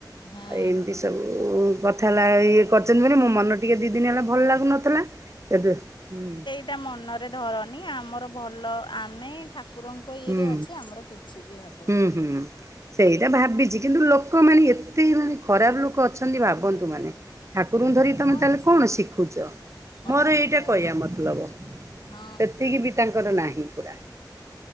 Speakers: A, on the left; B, on the right.
A: ହଁ।
B: ଏମତି ସବୁ ପର ହେଲା ଇଏ କରିଚନ୍ତି ବୋଲି ମୋ ମନ ଟିକେ ଦିଇ ଦିନ ହେଲା ଭଲ ଲାଗୁନଥିଲା ଏବେ ହୁଁ
A: ଏଟା ମନରେ ଧରନି ଆମର ଭଲ ଆମେ ଠାକୁରଙ୍କ ଇଏରେ
B: ହୁଁ
A: ଅଛେ ଆମର କିଛି ବି ହ
B: ହୁଁ ହୁଁ ସେଇଟା ଭାବିଚି କିନ୍ତୁ ଲୋକ ମାନେ ଏତେ ମାନେ ଖରାପ ଲୋକ ଅଛନ୍ତି ଭାବନ୍ତୁ ମାନେ ଠାକୁରଙ୍କୁ ଧରି ତମେ
A: ଅଛନ୍ତି
B: ତାହେଲେ କଣ ଶିଖୁଚ।
A: ଅଛନ୍ତି
B: ମୋର ଏଇଟା
A: ଅଛନ୍ତି।
B: କହିବା ମତଲବ
A: ହଁ
B: ସେତିକି ତାଙ୍କର ନାହିଁ ପୁରା।